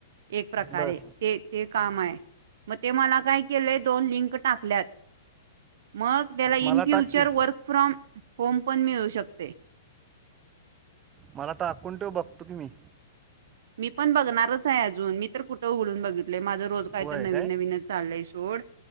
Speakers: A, on the right; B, on the right.
A: एक प्रकारे
B: बर
A: ते ते काम आहे म ते मला काय केलंय दोन लिंक टाकल्यात मग, त्याला
B: मला
A: इन फ्युचर
B: टाक की
A: वर्क फ्रॉम होम पण मिळू शकते.
B: मला टाकून ठेव बघतो की मी,
A: मी पण बघणारच आहे अजून मी तर कुठं उघडून बघितलय माझं रोज काय
B: होय
A: तर नवीन नवीनच चालय सोड.